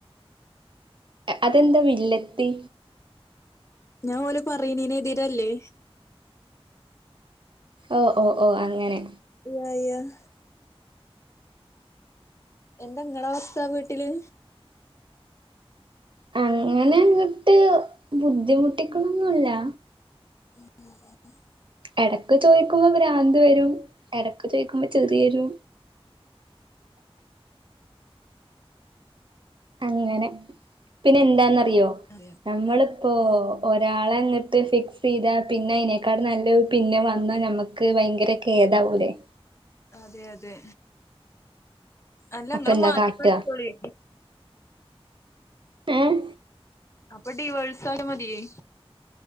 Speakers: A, on the right (about 55°); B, on the left (about 25°).
A: അതെന്താ വില്ലത്തി
B: ഞാൻ ഓല് പറയണേന് എതിരല്ലേ
A: ഓ ഓ ഓ അങ്ങനെ
B: <unintelligible> എന്താനിങ്ങളെ അവസ്ഥ വീട്ടില്
A: അങ്ങനെ അങ്ങട്ട് ബുദ്ധിമുട്ടിക്കണന്നൊല്ലാ
B: <inaudible>
A: എടക്ക് ചോദിക്കുമ്പോ ഭ്രാന്ത് വരും എടക്ക് ചോദിക്കുമ്പോ ചെറിയൊരു അങ്ങനെ പിന്നെന്താന്നറിയോ
B: അതെ
A: നമ്മളിപ്പോ
B: ഉം
A: ഒരാളെ അങ്ങട്ട് ഫിക്സെയ്താ പിന്നെ അയ്നേക്കാട് നല്ലെ പിന്നെ വന്നാ നമ്മക്ക് ക്ക് ഭയങ്കര കേദാവൂലേ?
B: അതെ അതെ അല്ല
A: അപ്പൊ
B: ഇങ്ങള്
A: എന്താ
B: മാറ്റി
A: കാട്ടാ
B: കളിച്ചോളി.
A: ഏഹ്
B: അപ്പൊ ടിവേസായാൽ മതിയേ.